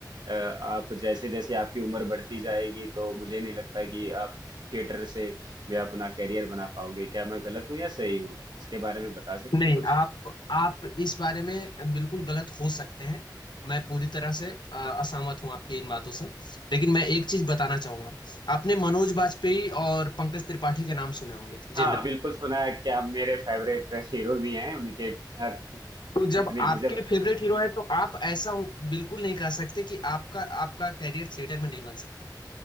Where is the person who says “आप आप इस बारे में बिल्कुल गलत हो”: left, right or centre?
Left